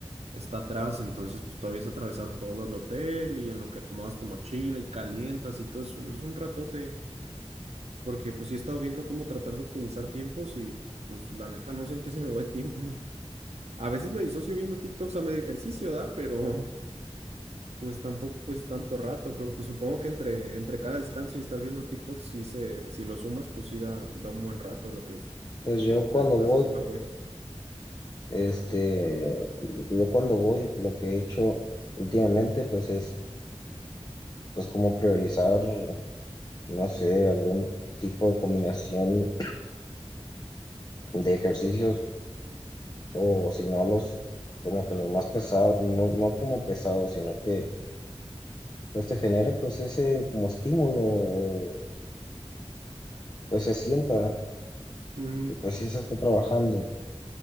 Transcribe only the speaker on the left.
Pues yo cuando
voy
Este, yo cuando voy, lo que he hecho últimamente, pues es, pues como priorizar, no sé, algún tipo de combinación de ejercicios o si no los, como que los más pesados, no, no como pesados, sino que pues te genere pues ese como estímulo, pues se sienta
que pues sí se está trabajando.